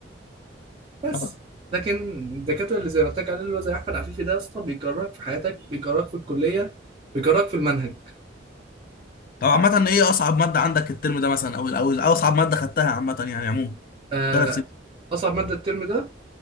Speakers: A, on the left; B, on the right.
A: آه.
B: بس لكن الدكاتره اللي زي ما قلت لك عليه اللي هو زي احمد عفيفي ده يا اسطى بيكرهك في حياتك بيكرهك في الكليه بيكرهك في المنهج
A: طب عامه ايه اصعب ماده عندك الترم ده مثلا او او أو اصعب ماده خدتها عامه يعني عموما
B: آه،
A: ثلاث سنين
B: اصعب ماده الترم ده